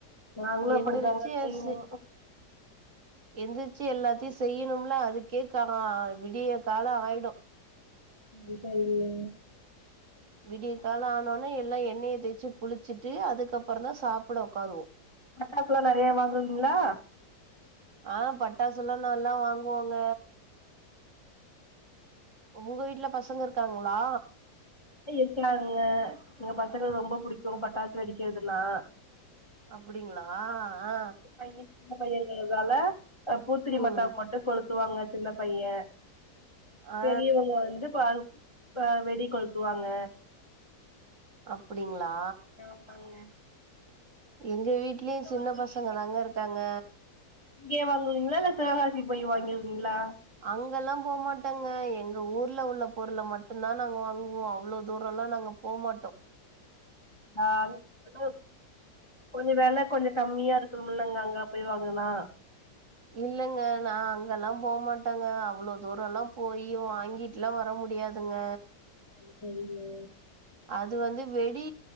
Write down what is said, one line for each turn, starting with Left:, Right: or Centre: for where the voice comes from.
Left: நாங்களு அப்டித்தாங்க
Right: எந்திரிச்சு
Left: செய்வோ
Right: <inaudible> எந்திரிச்சி எல்லாத்தையு செய்யணும்ல அதுக்கே கா விடிய காலம் ஆயிடு
Left: அலிப்பா இல்லையே
Right: விடிய கால ஆனோவுன்னே எல்லா எண்ணெயை தேய்ச்சி குளிச்சிட்டு அதுக்கப் அப்பறந்தா சாப்புட உக்காருவோ
Left: பட்டாசுலா நெறைய வாங்குவீங்களா
Right: ஆ பட்டாசுலா நல்லா வாங்குவோங்க உங்க வீட்ல பசங்க இருக்காங்ளா
Left: எ இருக்குனாங்க எங்க பசங்களு ரொம்ப புடிக்கு பட்டாசு வெடிக்கிறதுனா
Right: அப்டிங்ளா ஆ
Left: பைய சின்ன பையங்கரதால அ பூத்திரி
Right: ம்
Left: மத்தாப்பு மட்டு கொளுத்துவாங்க சின்ன பைய
Right: ஆ
Left: பெரியவுங்க வந்து பால் அ வெடி கொளுத்துவாங்க
Right: அப்டிங்ளா
Left: ஆமாங்க எங்க
Right: எங்க வீட்லயு சின்ன
Left: வாங்குவீங்க
Right: பசங்க தாங்க இருக்காங்க
Left: இங்கே வாங்குவீங்களா இல்ல சிவகாசி போய் வாங்குவீங்களா
Right: அங்கலா போமாட்டங்க எங்க ஊர்ல உள்ள பொருள மட்டுந்தா நாங்க வாங்குவோ அவ்ளோ தூரலா நாங்க போமாட்டோ
Left: ஆன் அ கொஞ்ச வெல கொஞ்ச கம்மியா இருக்குமுலங்க அங்க போய் வாங்குனா
Right: இல்லங்க நா அங்கலா போமாட்டேங்க அவ்ளோ தூரலா போயி வாங்கி ட்டுலா வர முடியாதுங்க
Left: தெரி தெரியு
Right: அது வந்து வெடி